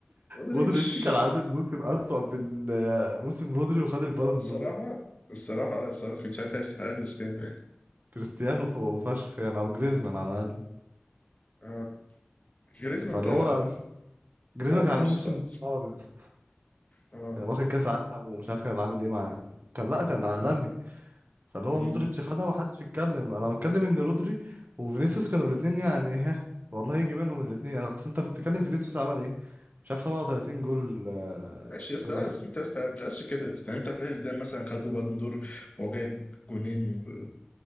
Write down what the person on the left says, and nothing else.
مودريتش
هو الصراحة
الصراحة الصراحة كان ساعتها يستحق كريستيانو يعني
اه جريزمان
ده
موت
نفسه
خالص
اه
مم.
ماشي
يا اسطى لا
بس انت يا اسطى ما بتقاسش كده يا اسطى انت تلاقي زيدان مثلا خد له بالون دور وهو جايب جونين و-